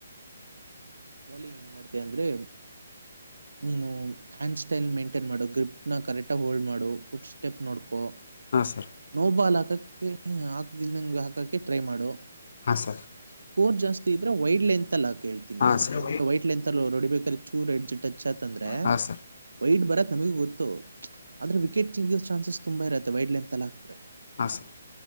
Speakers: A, on the right; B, on the left.
A: ಬೋಲಿಂಗ ಮಾಡ್ ಅಂದ್ರೆ ನೀನು ಹ್ಯಾಂಡ್ ಸ್ಟೈಲ್ ಮೇಂಟೈನ್ ಮಾಡೋ ಗ್ರಿಪ್ ನ ಕರೆಕ್ಟ್ ಹೋಲ್ಡ್ ಮಾಡ ಫುಟ್ ಸ್ಟೆಪ್ ನೋಡ್ಕೋ.
B: ಸರ್
A: ನೋ ಬಾಲಕಕ್ಕೆ. ಲ್ ನಂಗೆ ಹಾಕಕೆ ಟ್ರೈ ಮಾಡು.
B: ಹಾಂ ಸರ್
A: ಸ್ಕೋರ್ ಜಾಸ್ತಿ ಇದ್ರೆ ವೈಡ್ ಲೆಂತ್ ಅಲ್ಲಿ ಹಾಕು ಹೇಳ್ತೀನಿ
B: ಹಾಂ ಸರ್
A: ಹೆಂಗ ವೈಡ್ ಲೆಂತ್ ಅಲ್ಲಿ ಅವ್ರು ಹೊಡೀಬೇಕಾದ್ರೆ ಚೂರ್ ಎಡ್ಜ್ ಟಚ್ ಆತ್ ಅಂದ್ರೆ
B: ಹಾಂ ಸರ್ ಹಾಂ ಸರ್
A: ವೈಡ್ ಬರತ್ ನಮಗೂ ಗೊತ್ತು ಅಂದ್ರೆ ವಿಕೆಟ್ ತಿಂಗಿ ಚಾನ್ಸಸ್ ತುಂಬಾ ಇರತ್ತೆ ವೈಡ್ ಲೆಂತ್ ಅಲ್ಲಿ ಹಾಕಿದ್ರೆ.
B: ಹಾಂ ಸರ್